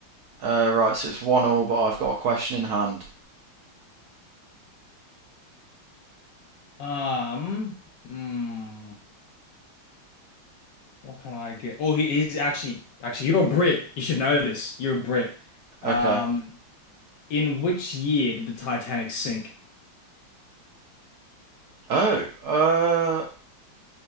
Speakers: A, on the right (about 70°); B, on the left (about 70°).
A: Uh, right, so it's one all, but I've got a question in hand.
B: Um, Hmm. what can I get? Oh, he, he's actually actually you're a Brit. You should know this. You're a Brit. Um,
A: Okay.
B: in which year did the Titanic sink?
A: Oh, uh,